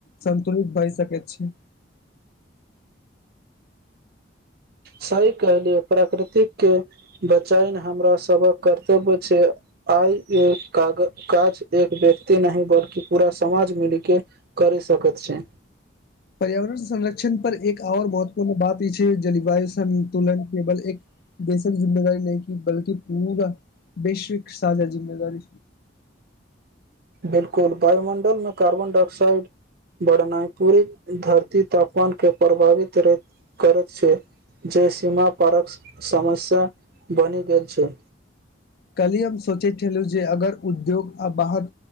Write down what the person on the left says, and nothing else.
संतु पुरुप भय सकेत छै
पर्यावरण संरक्षण पर एक आर महत्वपूर्ण बात ई छैय जलवायु संन्तुलन केवल एक बेसक जिम्मेदारी नहि कि बलकि पूरा वैश्विक साझा जिम्मेदारी
कली हम सोचे छलू जे अगर उद्योग आ बाहर